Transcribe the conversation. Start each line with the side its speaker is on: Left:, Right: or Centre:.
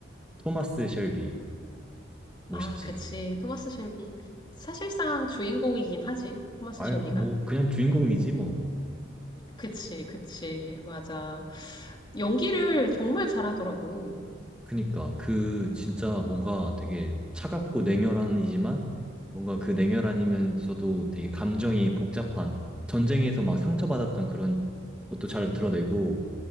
Centre: 토마스 셸비 멋있지.
Left: 아, 그치. 토마스 셸비. 사실상 주인공이긴 하지. 토마스
Centre: 아유,
Left: 셸비가.
Centre: 뭐 그냥 주인공이지 뭐.
Left: 그치, 그치. 맞아. 연기를 정말 잘하더라고.
Centre: 그니까 그 진짜 뭔가 되게 차갑고 냉혈한이지만 뭔가 그 냉혈한이면서도 되게 감정이 복잡한 전쟁에서 막 상처받았던 그런 것도 잘 드러내고